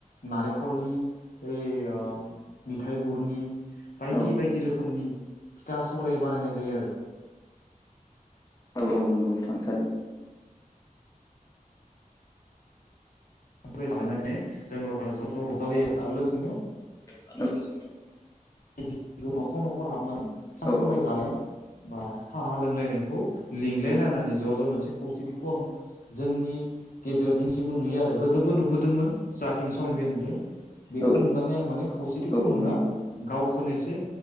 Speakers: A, on the left; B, on the left.
A: नारेंखलनि ओइ मिथाइ गुरनि बायदि
B: औ
A: बायदि रोखोमनि फिथा सौराय बानायनाय जायो आरो
B: औ औ नंगौ थांथार।
A: सख्रि जालायनानै जों रावफ्रा ज' ज' रजालायो आरो लोगोसेनो
B: आला गोसिनो <unintelligible>
A: बाय न'खर न'खर हाबनानै थ
B: औ
A: सौराय जानाय बा साहा लोंलायनायखौ लिंलायनानानै ज' ज' मोनसे खौसेथिखौ आं जोंनि गेजेराव दिनसिमबो नुयो आरो गोदोबो नुबोदोंमोन जाखिनि समनिफ्राय नुदों। बेखौ
B: औ
A: नुनानै आं माने खौसेथिखौ
B: औ
A: नुना
B: नंगौ
A: गावखौनो एसे